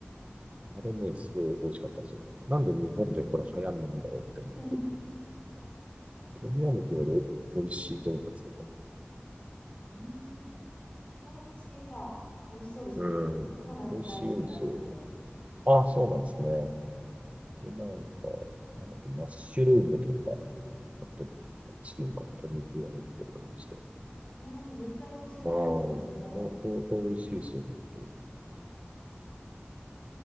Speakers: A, on the right; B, on the left.
A: あれね、すごい美味しかったんですよね。なんで日本でこれ流行んないんだろうって思って、
B: <laughs> う
A: トムヤムクンより美味しいと思ったんですけど、
B: ーん。ココナッツ系か。美味しそうですね。
A: うん、
B: ココナッツ大好きなんですよ。
A: 美味しいんですよ。あ、そうなんですね。で、なんか、なんだっけ、マッシュルームとか、あと、チキンか鶏肉が入ってる感じで。
B: いやー、もう絶対美味しいやつですね。
A: ああ、ここ、こう美味しいですよ、本当に。